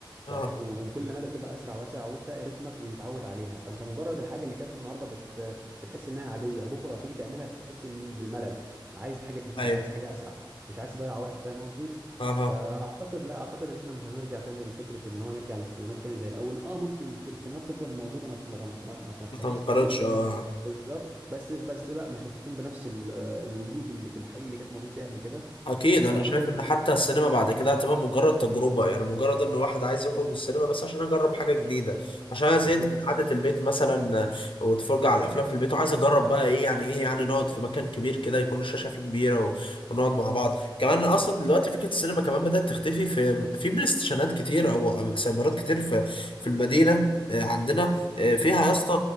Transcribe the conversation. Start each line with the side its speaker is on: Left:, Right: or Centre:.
Left: اه
Right: ف وكل مدى بتبقى أسرع وأسرع وانت رتمك بيتعود عليها فانت مجرد الحاجة اللي كانت النهاردة بت... بتحس انها عادية بكرة تيجي تعملها تحس ان بالملل عايز حاجة جديدة
Left: ايوه
Right: عايز حاجة أسرع مش عايز تضيع وقت فاهم قصدي
Left: اها
Right: فاعتقد لا اعتقد ان احنا مش هنرجع تاني لفكره ان هو نرجع للسينمات تاني زي الاول اه ممكن السينمات تفضل موجوده ما ما تنق- ما- ما تختفيش
Left: ما تنقرضش
Right: خالص
Left: اه
Right: بالظبط بس بس لا مش هتكون بنفس ال- الوجود اللي الحقيقي اللي كانت موجود فيه قبل كده
Left: اكيد
Right: آه،
Left: انا
Right: اعتقد
Left: شايف ان حتى السينما بعد كده هتبقى مجرد تجربه يعني مجرد ان واحد عايز يخرج السينما بس عشان اجرب حاجه جديده عشان انا زهقت
Right: بالظبط
Left: من قعده البيت مثلا آه، واتفرج على الافلام في البيت وعايز اجرب بقى ايه يعني ايه يعني نقعد في مكان كبير كده يكون الشاشه فيه كبيره و- ونقعد مع بعض كمان اصلا دلوقتي فكره السينما كمان بدات تختفي في في بلاي ستيشنات كتير او أو سايبرات كتير في في المدينه آه، عندنا آه، فيها يا اسطى